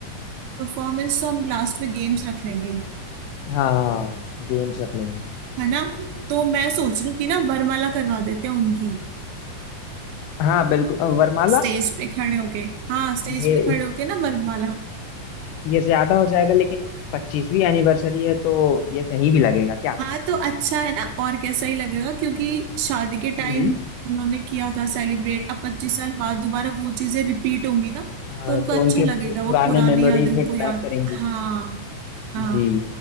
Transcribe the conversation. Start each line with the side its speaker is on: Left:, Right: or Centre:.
Right: परफॉर्मेंस तो हम लास्ट में गेम्स रख लेंगे
Left: हाँ गेम्स रख लेंगे
Right: है ना तो मैं सोच रही हूँ कि ना वरमाला करवा देते हैं उनकी
Left: हाँ बिल्कुल अ, वरमाला
Right: स्टेज पे खड़े होके हाँ स्टेज
Left: ये
Right: पे खड़े होके ना वरमाला
Left: ये ज्यादा हो जाएगा लेकिन पच्चीसवीं एनिवर्सरी है तो ये सही भी लगेगा क्या
Right: हाँ तो अच्छा है ना और कैसा ही लगेगा क्योंकि शादी के
Left: हम्म
Right: टाइम उन्होंने किया था सेलिब्रेट अब पच्चीस साल बाद दोबारा वो चीजें रिपीट होंगी ना
Left: हाँ
Right: तो उनको
Left: तो
Right: अच्छा
Left: उनके
Right: लगेगा
Left: पु- पुराने
Right: वो पुरानी
Left: मेमोरीज
Right: यादें उनको
Left: हिट
Right: याद
Left: बैक करेंगी
Right: हाँ हाँ
Left: जी